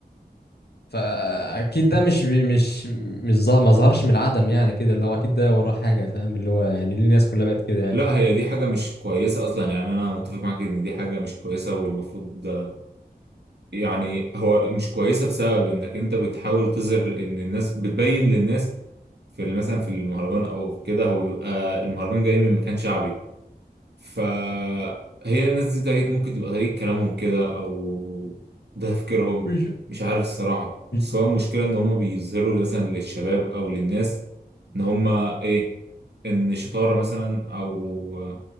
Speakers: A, on the left; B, on the right.
A: فاكيد ده مش بي مش مش ظهر ما ظهرش من العدم يعني كده اللي هو اكيد ده وراه حاجه فاهم اللي هو يعني ليه الناس كلها بقت كده يعني
B: لا هي دي حاجة مش كويسة أصلا يعني أنا متفق معاك إن دي حاجة مش كويسة والمفروض ده- يعني هو مش كويسة بسبب إنك أنت بتحاول تظهر إن الناس بتبين للناس في ال- مثلا في المهرجان أو في كده هو بيبقى المهرجان جاي من مكان شعبي فهي الناس دي طريقة ممكن تبقى طريقة كلامهم كده أو ده تفكيرهم
A: مش
B: مش عارف الصراحة
A: مش-
B: بس هو المشكلة إن هما بيظهروا مثلا للشباب أو للناس إن هما إيه إن الشطارة مثلا أو